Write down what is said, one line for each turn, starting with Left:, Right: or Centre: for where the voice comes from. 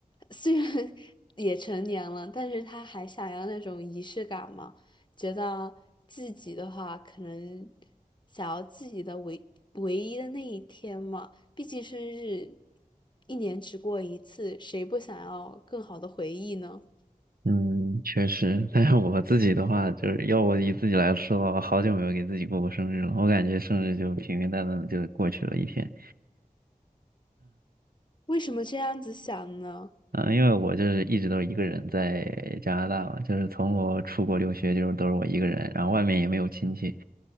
Left: 虽然 <laughs> 也成年了，但是他还想要那种仪式感嘛，觉得自己的话可能想要自己的唯唯一的那一天嘛，毕竟生日一年只过一次，谁不想要更好的回忆呢？
Right: 嗯，确实。<laughs> 但是我自己的话，就是要我以自己来说的话，好久没有给自己过过生日了。我感觉生日就平平淡淡的就过去了一天。
Left: 为什么这样子想呢？
Right: 嗯，因为我就是一直都是一个人在加拿大嘛，就是从我出国留学就是都是我一个人，然后外面也没有亲戚，